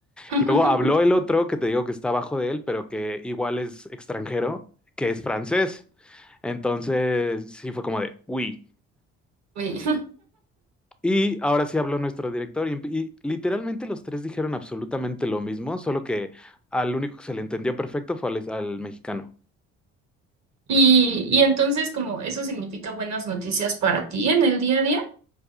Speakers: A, on the right; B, in the centre.
A: <laughs>
B: Luego habló el otro que te digo que está abajo de él, pero que igual es extranjero, que es francés. Entonces, sí fue como de, uy.
A: oui.
B: Y ahora sí habló nuestro director y, y literalmente los tres dijeron absolutamente lo mismo, solo que al único que se le entendió perfecto fue al, al mexicano.
A: Y, y entonces como eso significa buenas noticias para ti en el día a día.